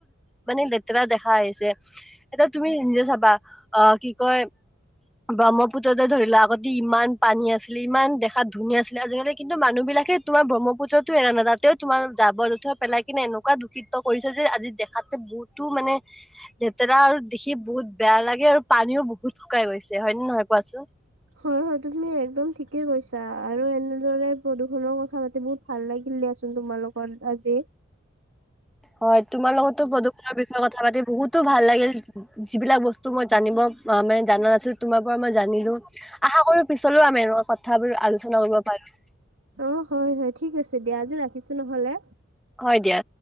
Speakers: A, in the centre; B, on the right.
A: মানে লেতেৰা দেখা হৈছে। এতিয়া তুমি নিজে চাবা, অ, কি কয়? ব্ৰহ্মপুত্ৰতে ধৰিলা, আগতে ইমান পানী আছিলে। ইমান দেখাত ধুনীয়া আছিলে, আজিকালি কিন্তু মানুহ বিলাকে তোমাৰ ব্ৰহ্মপুতটো এৰা নাই। তাতেও যাবৰ যুথৰ, পেলাই কিনে এনো কোৱা দূষিত কৰিছে যে, আজি দেখাতে বহুতো মানে লেতেৰা আৰু দেখি বহুত বেয়া লাগে। আৰু পানীও বহুত শুকাই গৈছে হয় নে নহয়, কোৱাচোন?
B: হয়- হয়, তুমি একদম ঠিকে কৈছা, আৰু এনেদৰে প্ৰদূষণৰ কথা পাতি বহুত ভাল লাগিল দিয়াচোন। তোমাৰ লগত আজি
A: হয়। তোমাৰ লগতো প্ৰদূষণৰ বিষয়ে কথা পাতি বহুতো ভাল লাগিল। যিবিলাক বস্তু মই জানিব মানে জানা নাছিলো, তোমাৰ পৰা মই জানিলো। আশা কৰো পিছলৈও আমি এনকা কথাবোৰ আলোচনা কৰিব পাৰিম
B: অ, হয়- হয় ঠিক আছে দিয়া। আজি ৰাখিছো নহলে।
A: হয় দিয়া।